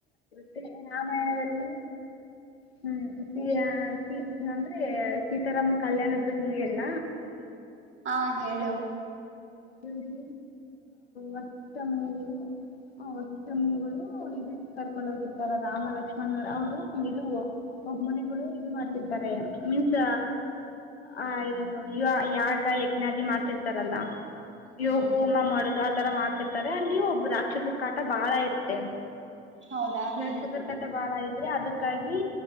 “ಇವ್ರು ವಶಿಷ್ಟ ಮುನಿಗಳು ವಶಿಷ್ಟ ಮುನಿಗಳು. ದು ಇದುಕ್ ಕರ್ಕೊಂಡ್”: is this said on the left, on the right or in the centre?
Left